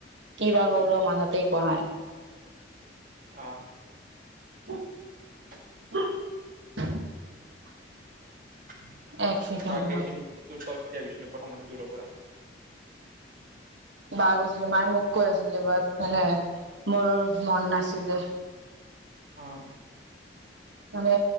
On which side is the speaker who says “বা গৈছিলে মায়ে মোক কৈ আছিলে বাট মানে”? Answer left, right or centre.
Right